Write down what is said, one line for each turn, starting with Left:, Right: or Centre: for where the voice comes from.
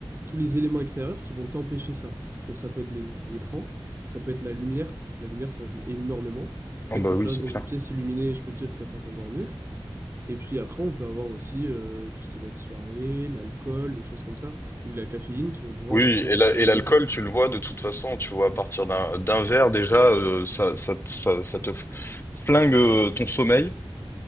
Right: tous les éléments extérieurs qui vont t'empêcher ça. Donc ça peut être les écrans, ça peut être la lumière. La lumière, ça joue énormément. Le
Left: Oh
Right: fait
Left: bah
Right: que tu
Left: oui,
Right: restes
Left: c'est
Right: dans
Left: clair.
Right: une pièce illuminée, je peux te dire que tu vas pas t'endormir. Et puis après, on peut avoir aussi euh, tout ce qui va être soirée, l'alcool, les choses comme ça, ou la caféine qui vont pouvoir
Left: Oui,
Right: après aussi
Left: et la-
Right: dérégler
Left: et l'alcool,
Right: ça.
Left: tu le vois de toute façon, tu vois, à partir d'un d'un verre déjà, euh, ça, ça, te- ça, ça te f- flingue euh, ton sommeil,